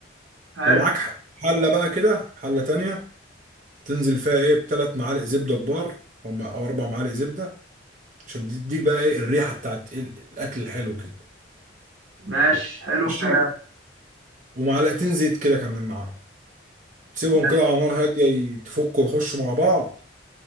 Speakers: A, on the right; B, on the right.
A: حلو
B: ومعاك ح- حله بقى كده حله تانية تنزل فيها ايه بثلاث معالق زبده كبار هم- او اربع معالق زبده عشان دي- تديك بقى ايه الريحه بتاعت ال- الاكل الحلو كده
A: ماشي حلو
B: ماشي
A: الكلام
B: ومعلقتين زيت كده كمان معاهم تسيبهم
A: ماشي
B: كده على نار هاديه يتفكوا ويخشوا مع بعض